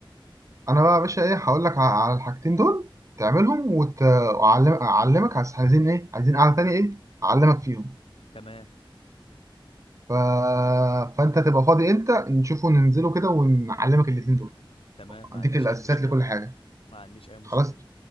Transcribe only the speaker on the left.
تمام
تمام ما
عنديش
اي مشكله
ما عنديش اي مشكله